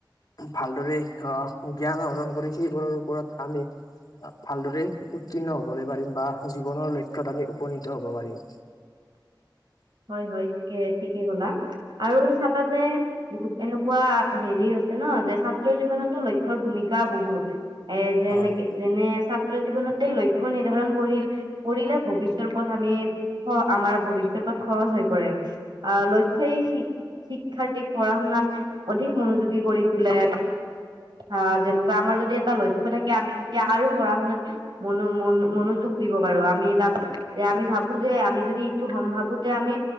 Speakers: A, on the left; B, on the right.
A: ভালদৰে আহ জ্ঞান আহৰণ কৰি সেইবোৰৰ ওপৰত আমি ভালদৰে উত্তীৰ্ণ হবলৈ পাৰিম বা জীৱনৰ লক্ষ্য়ত আমি উপনীত হব পাৰিম
B: হয় হয় ঠিকে ঠিকেই হলা আৰু চাবা যে বহুত এনেকুৱা হেৰি আছে ন যে ছাত্ৰ জীৱনতো লক্ষ্য়ৰ ভূমিকা বহুত এ যেনেকে
A: হয়
B: যেনে ছাত্ৰ জীৱনতে লক্ষ্য় নিৰ্ধাৰণ কৰিল কৰিলে ভৱিষ্যৰ ওৰত আমি আমাৰ ভৱিষ্যয়ৰ ওপৰত সহজ হৈ পৰে অ লক্ষ্য়ই শিক শিক্ষাৰ্থীক পঢ়া শুনাত অধিক মনোযোগী কৰি তোলে অ যেনেকুৱা আমাৰ যদি এটা লক্ষ্্য থাকে আমি তেতিয়া আৰু পঢ়া শুনাত মনো মনোযোগ দিব বাৰো আমি তাত যে আমি ভাবো যে আমি যদি এইটো সম্ভাৱো তে আমি